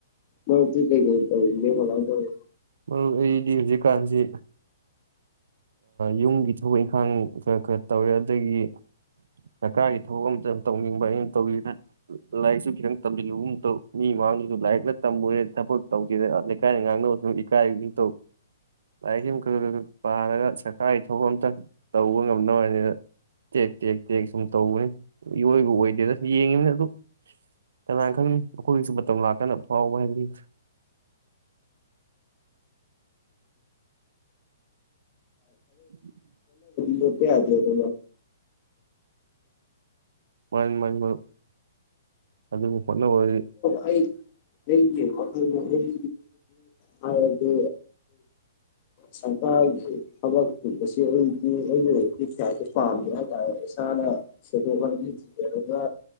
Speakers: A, on the left (about 30°); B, on the right (about 75°).
A: ꯃꯔꯨꯞꯇꯤ ꯀꯩ ꯀꯩ ꯇꯧꯔꯤꯒꯦ ꯀꯃꯥꯏ ꯇꯧꯔꯤ
B: ꯃꯔꯨꯞ ꯑꯩꯗꯤ ꯍꯧꯖꯤꯛꯀꯥꯟꯁꯤ ꯌꯨꯝꯒꯤ ꯊꯕꯛ ꯏꯪꯈꯥꯡ ꯈꯔ ꯈꯔ ꯇꯧꯔꯤ ꯑꯗꯥꯒꯤ ꯁꯔꯀꯥꯔꯒꯤ ꯊꯕꯛ ꯑꯝꯇꯥ ꯇꯧꯅꯤꯡꯕ ꯑꯩꯅ ꯇꯧꯔꯤꯖꯤꯅ ꯂꯥꯏꯔꯤꯛꯁꯨ ꯈꯤꯇꯪ ꯇꯝꯁꯤꯜꯂꯨꯒꯨꯝ ꯇꯧ ꯃꯤ ꯃꯃꯥꯡꯗꯁꯨ ꯂꯥꯏꯔꯤꯛꯅ ꯇꯝꯃꯨꯔꯦ ꯊꯕꯛ ꯇꯧꯒꯦꯗꯤ ꯑꯥ ꯂꯩꯀꯥꯏꯅ ꯉꯥꯡꯅꯕꯗꯣ ꯏꯀꯥꯏꯒꯤ ꯇꯧ ꯂꯥꯏꯔꯤꯛꯁꯤ ꯑꯃꯨꯛ ꯈꯔ ꯈꯔ ꯄꯔꯒꯥ ꯁꯔꯀꯥꯔꯒꯤ ꯊꯕꯛ ꯑꯃꯝꯇꯪ ꯇꯧꯕ ꯉꯝꯅꯕ ꯍꯥꯏꯅꯤꯗ ꯇꯦꯛ ꯇꯦꯛ ꯇꯦꯛ ꯁꯨꯝ ꯇꯧꯕꯅꯤ ꯏꯋꯣꯏꯕꯨ ꯑꯣꯏꯗꯦꯗꯥ ꯁꯨꯝ ꯌꯦꯡꯉꯤꯕꯅꯤ ꯑꯗꯨ ꯀꯅꯥꯅ ꯈꯪꯅꯤ ꯑꯩꯈꯣꯏꯒꯤꯁꯨ ꯃꯇꯝ ꯂꯥꯛꯑꯒꯥ ꯐꯥꯎꯕ ꯍꯥꯏꯗꯨꯅꯤ <unintelligible>
A: <inaudible> ꯂꯣꯠꯄꯥ ꯌꯥꯗꯦꯕ
B: ꯃꯅꯤ ꯃꯅꯤ ꯃꯔꯨꯞ ꯑꯗꯨꯕꯨ ꯍꯣꯠꯅꯕ
A: ꯑꯩ <inaudible> ꯑꯣꯏꯔꯥꯗꯤ ꯍꯥꯏꯔꯗꯤ ꯁꯔꯀꯥꯔꯒꯤ ꯊꯕꯛ ꯀꯨꯝꯕꯁꯤ ꯑꯩꯗꯤ ꯑꯩꯒꯤ ꯑꯣꯏꯅꯗꯤ ꯀꯌꯥꯗꯤ ꯄꯥꯝꯗꯦ ꯍꯥꯏꯇꯥꯔꯦ ꯏꯁꯥꯅ ꯁꯦꯟꯊꯣꯛ ꯂꯝꯕꯤ ꯊꯤꯖꯔꯒꯥ